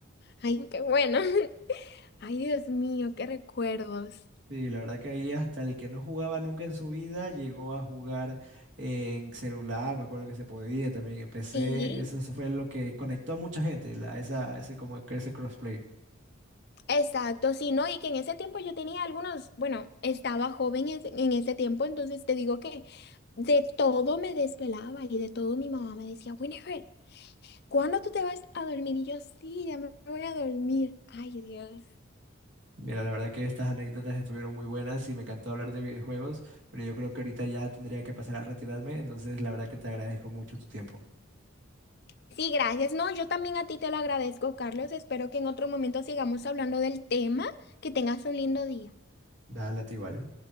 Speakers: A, on the left; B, on the right.
A: Ay, qué bueno. <laughs> Ay, Dios mío, qué recuerdos.
B: Sí, la verdad que ahí hasta el que no jugaba nunca en su vida llegó a jugar en celular, me acuerdo que se podía también, empecé,
A: Sí.
B: eso eso fue lo que conectó a mucha gente, la, esa, ese como que ese crossplay.
A: Exacto, sí, ¿no? Y que en ese tiempo yo tenía algunos, bueno, estaba joven es- en ese tiempo, entonces te digo que de todo me desvelaba y de todo mi mamá me decía, Winifred, ¿cuándo tú te vas a dormir? Y yo, sí, ya me voy a dormir. Ay, Dios.
B: Mira, la verdad que estas anécdotas estuvieron muy buenas y me encantó hablar de videojuegos, pero yo creo que ahorita ya tendría que pasar a retirarme, entonces la verdad que te agradezco mucho tu tiempo.
A: Sí, gracias. No, yo también a ti te lo agradezco, Carlos. Espero que en otro momento sigamos hablando del tema. Que tengas un lindo día.
B: Dale a ti igual.